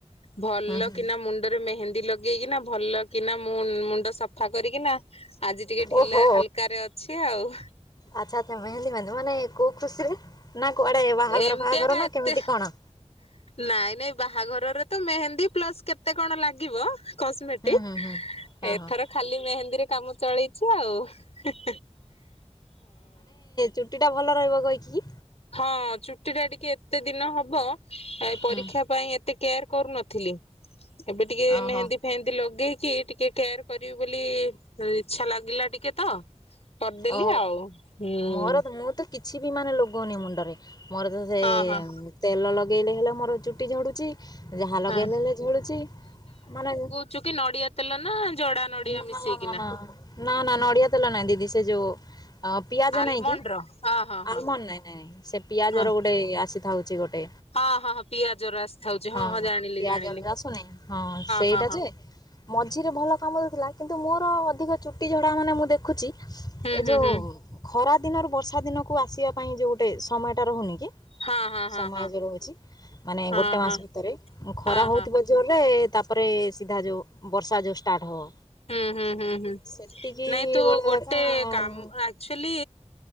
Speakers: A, on the left; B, on the left.
A: ଭଲ
B: ହୁଁ ହୁଁ
A: କିନା ମୁଣ୍ଡରେ ମେହେନ୍ଦୀ ଲଗେଇକିନା ଭଲ କିନା ମୁଁ ମୁଣ୍ଡ ସଫା କରିକିନା ଆଜି ଟିକେ ଢିଲ
B: ଓହୋ
A: ହାଲକାରେ ଅଛି ଆଉ।
B: ଆଚ୍ଛା ଆଚ୍ଛା ତମେ ମେହେନ୍ଦି ମାନ ମାନେ କୋଉ ଖୁସିରେ ନା କୁଆଡେ ବାହାଘର
A: ଏମିତିଆ
B: ଫାହାଘର
A: କା
B: ନା
A: ଏତେ
B: କେମିତି କଣ?
A: ନାଇଁ ନାଇଁ ବାହାଘରରେ ତ ମେହେନ୍ଦୀ ପ୍ଲସ କେତେ କଣ ଲାଗିବ କସ୍ମେଟ
B: ହୁଁ ହୁଁ ହୁଁ ହଁ
A: ଏଥର
B: ହଁ
A: ଖାଲି ମେହେନ୍ଦୀରେ କାମ ଚଳେଇଛି ଆଉ ହଁ।
B: ଚୁଟିଟା ଭଲ ରହିବ କହିକି
A: ହଁ ଚୁଟିଟା ଟିକେ ଏତେ ଦିନ ହବ ପରୀକ୍ଷା
B: ହୁଁ
A: ପାଇଁ ଏତେ କେୟାର କରୁନ ଥିଲି ଏବେ ଟିକେ
B: ଓହୋ
A: ମେହେନ୍ଦୀ ଏମିତି ଲଗେଇକି ଟିକେ କେୟାର କରିବି ବୋଲି ଇଚ୍ଛା ଲାଗିଲା ଟିକେ ତ କରିଦେଲି
B: ଓହୋ
A: ଆଉ ହୁଁ।
B: ମୋର ମୁଁ ତ କିଛି ବି ମାନେ ଲଗଉନି ମୁଣ୍ଡରେ ମୋର ତ ସେ
A: ହଁ ହଁ
B: ତେଲ ଲଗେଇଲେ ହେଲେ ମୋର ଚୁଟି ଝଡୁଛି ଯାହା ଲଗେଇଲେ
A: ହଁ
B: ହେଲେ ଝଡୁଛି ମାନେ
A: ଚୁ କି ନଡିଆ ତେଲ ନା ଜଡା ନଡିଆ
B: ନା
A: ମିଶେଇକିନା।
B: ନା ନା ନା ନା ନଡ଼ିଆ ତେଲ ନାହିଁ ଦିଦି ସେ ଯୋଉ ପିଆଜ
A: ଆଲମଣ୍ଡ
B: ନାହିଁ କି
A: ର ହଁ ହଁ ହଁ
B: ଆଲମଣ୍ଡ ନାଇଁ ନାଇଁ ସେ ପିଆଜ
A: ହଁ
B: ର ଗୋଟେ ଆସିଥାଉଛି ଗୋଟେ
A: ହଁ ହଁ ହଁ ପିଆଜର ଆସିଥାଉଛି
B: ହଁ ହଁ
A: ଜାଣିଲି
B: ପିଆଜଟା
A: ଜାଣିଲି।
B: ଆସୁନି, ହଁ ସେଇଟା
A: ହଁ ହଁ
B: ଯେ ମଝିରେ ଭଲ କାମ ଦେଉଥିଲା, କିନ୍ତୁ ମୋର ଅଧିକ ଚୁଟି ଝଡା ମାନେ ମୁଁ ଦେଖୁଛି ଏ
A: ହୁଁ ହୁଁ
B: ଯୋଉ
A: ହୁଁ
B: ଖରା ଦିନରୁ ବର୍ଷା ଦିନକୁ ଆସିବା ପାଇଁ ଯୋଉ ଗୋଟେ ସମୟଟା ରହୁନି କି
A: ହଁ ହଁ
B: ସମୟ
A: ହଁ
B: ଯେ ରହୁଛି, ମାନେ
A: ହଁ
B: ଗୋଟେ ମାସ
A: ହଁ ହଁ
B: ଭିତରେ ଖରା
A: ହଁ
B: ହଉଥିବ
A: ହଁ।
B: ଜଲେ, ତାପରେ ସିଧା ଯୋଉ ବର୍ଷା ଯୋଉ ଷ୍ଟାର୍ଟ ହବ
A: ହୁଁ ହୁଁ ହୁଁ ହୁଁ
B: ସେତିକି
A: ନାଇଁ ତୁ
B: ଭଲ
A: ଗୋଟେ
B: କଥା ଆଉ
A: କାମ ଆକ୍ଚୁଆଲି